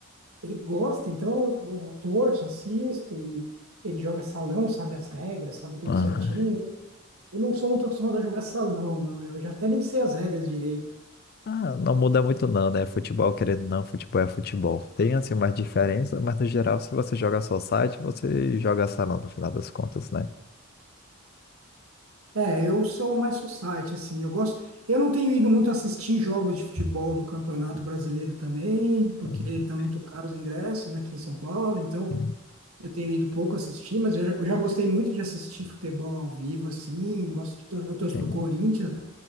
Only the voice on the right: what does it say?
ele gosta, então eu torço, assisto e ele joga salão, sabe as regras, sabe tudo
certinho. Eu não sou muito acostumado a jogar salão, não. Eu já até nem sei as regras direito.
É, eu sou mais society, assim. Eu gosto. Eu não tenho ido muito assistir jogos de futebol do Campeonato Brasileiro também, porque
estão muito caros os ingressos aqui em São Paulo, então
eu tenho ido pouco assistir, mas eu já, eu já gostei muito de assistir futebol ao vivo, assim. Gosto de, tor- eu torço
pro Corinthians, né?